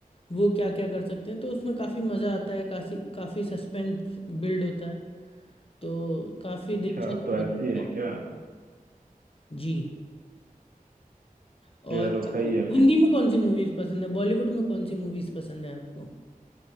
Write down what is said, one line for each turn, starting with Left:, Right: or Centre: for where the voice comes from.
Left: वो क्या क्या कर सकते हैं तो उसमें काफ़ी मज़ा आता है काफ़ी काफ़ी सस्पेंस बिल्ड होता है तो काफी
Right: अच्छा
Left: दिलचस्प
Right: तो
Left: होता
Right: ऐसी है
Left: है।
Right: क्या
Left: जी और
Right: चलो सही
Left: आपको
Right: है
Left: हिंदी
Right: फिर
Left: में कौन सी मूवीज पसंद है बॉलीवुड में कौन सी मूवीज पसंद है आपको